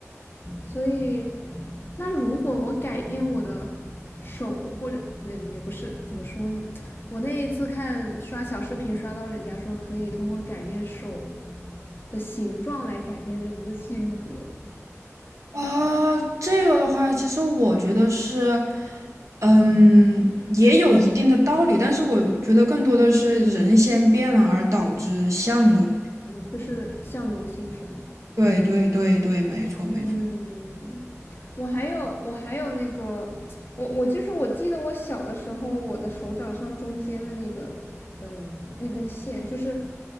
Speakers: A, on the left; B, on the right.
A: 所以，那如果我改变我的手或者嗯也不是怎么说呢？我那一次看刷小视频刷到人家说可以通过改变手的形状来改变人的性格，
B: 啊，这个的话，其实我觉得是，嗯，也有一定的道理，但是我觉得更多的是人先变了，而导致相的。
A: 就是相由心生。
B: 对对对对，没错没错。
A: 嗯，我还有我还有那个，我我就是我记得我小的时候，我的手掌上中间的那个，嗯，那根线就是